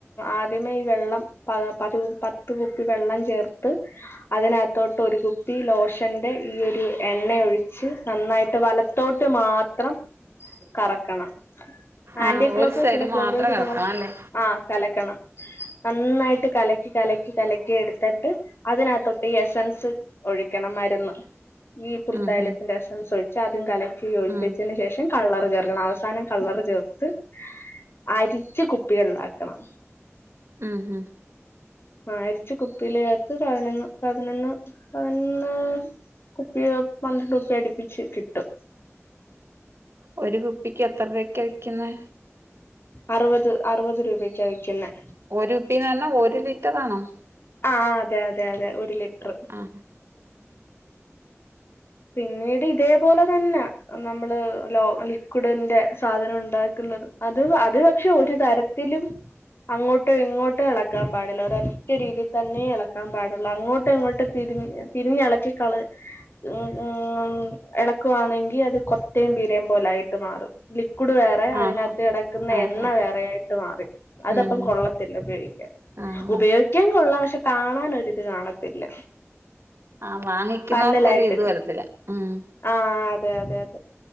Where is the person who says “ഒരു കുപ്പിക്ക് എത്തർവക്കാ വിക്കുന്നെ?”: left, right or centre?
Right